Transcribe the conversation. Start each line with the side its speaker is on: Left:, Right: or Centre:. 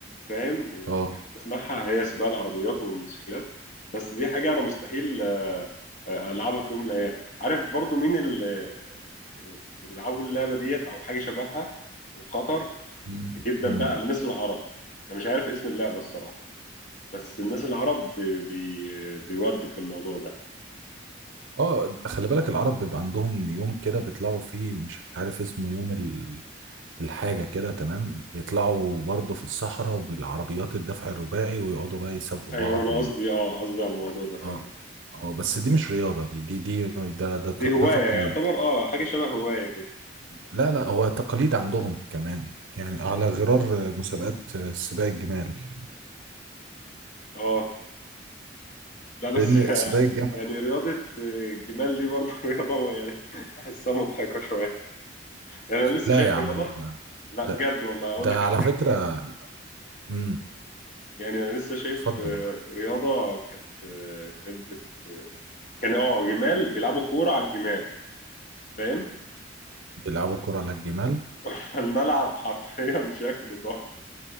Left: فاهم وبحب
Right: اه
Left: اسمعها هي سباق العربيات والموتوسيكلات بس دي حاجه انا مستحيل آه، آه، العبها في يوم من الايام عارف برضو مين اللي يعني اللي بيلعبوا اللعبه ديت او حاجه شبهها وخطر
Right: مم.
Left: جدا
Right: مم.
Left: بقى الناس العرب انا مش عارف اسم اللعبه الصراحه بس الناس العرب بي بي بيودوا في الموضوع ده
Right: اه خلي بالك العرب بيبقى عندهم يوم كده بيطلعوا فيه مش عارف اسمه يوم ال... الحاجة كده تمام بيطلعوا برضه في الصحراء وبالعربيات الدفع الرباعي ويقعدوا بقى يسابقوا
Left: ايوه
Right: بعض
Left: انا
Right: وي...
Left: قصدي اه قصدي على الموضوع ده فعلا
Right: اه اه بس دي مش رياضة دي دي دي ده ده ت-
Left: دي هواية
Right: ده تقليد
Left: يعتبر اه حاجة شبه هواية كده
Right: لا لا هو تقليد عندهم كمان يعني على غرار مسابقات سباق الجمال
Left: اه لا بس
Right: لأن
Left: <laughs>
Right: سباق الجمل
Left: يعني رياضة الجمال دي برضه <laughs> رياضة يعني بحسها مضحكة شوية يعني أنا لسه
Right: لا
Left: شايف
Right: يا عم
Left: رياضة
Right: انت
Left: لا
Right: ده
Left: بجد والله أقول
Right: ده
Left: لك على
Right: على
Left: حاجة
Right: فكرة امم
Left: يعني أنا لسه شايف
Right: اتفضل
Left: آه، رياضة كانت آه، كانت بت... آه، كان اه جمال بيلعبوا كورة على الجمال فاهم
Right: بيلعبوا كرة على الجمال
Left: <laughs> فالملعب حرفيا شكله تحفة